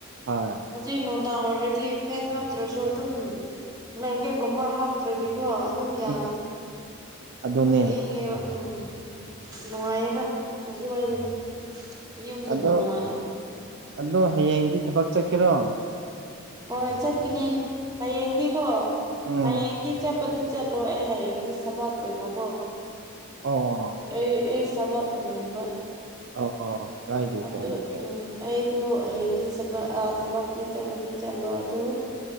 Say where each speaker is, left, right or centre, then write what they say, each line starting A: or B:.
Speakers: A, on the right (about 55°); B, on the right (about 20°).
A: ꯍꯣꯏ
B: ꯍꯧꯖꯤꯛ ꯅꯣꯡ ꯗꯥꯡ ꯑꯣꯏꯔꯗꯤ ꯐꯦꯟ ꯍꯥꯞꯇ꯭ꯔꯁꯨ ꯑꯗꯨꯝ ꯕ꯭ꯂꯦꯡꯒꯦꯠꯀꯨꯝꯕ ꯍꯥꯞꯇ꯭ꯔꯗꯤ ꯀꯣ ꯑꯗꯨꯝ ꯌꯥꯕꯅꯦ
A: ꯎꯝ ꯑꯗꯨꯅꯦ
B: ꯑꯗꯨꯝ ꯏꯪꯉꯦꯕ ꯎꯝ ꯅꯨꯡꯉꯥꯏꯌꯦꯗ ꯉꯁꯤꯋꯥꯏꯗꯅ ꯌꯨꯝꯗꯅ
A: ꯑꯗꯣ
B: ꯅꯨꯡꯉꯥꯏ
A: ꯑꯗꯣ ꯍꯌꯦꯡꯗꯤ ꯊꯕꯛ ꯆꯠꯀꯦꯔꯣ
B: ꯍꯣꯏ ꯆꯠꯀꯅꯤ ꯍꯌꯦꯡꯗꯤꯀꯣ
A: ꯎꯝ
B: ꯍꯌꯦꯡꯗꯤ ꯆꯠꯄꯗꯤ ꯆꯠꯂꯣ ꯑꯩ ꯍꯌꯦꯡꯗꯤ <unintelligible> ꯑꯣꯏꯕꯀꯣ
A: ꯑꯣ
B: ꯑꯩ ꯊꯕꯛ ꯅꯤꯡꯕ
A: ꯑꯣ ꯑꯣ ꯀꯥꯏꯗꯦ
B: ꯑꯗꯨ
A: ꯀꯥꯏꯗꯦ ꯀꯥꯏꯗꯦ
B: ꯎꯝ ꯑꯩ ꯗꯨ ꯍꯌꯦꯡꯗꯤ ꯁꯕꯛ ꯊꯕꯛꯇꯤ ꯆꯠꯄꯗꯤ ꯆꯠꯂꯣꯏ ꯑꯗꯨ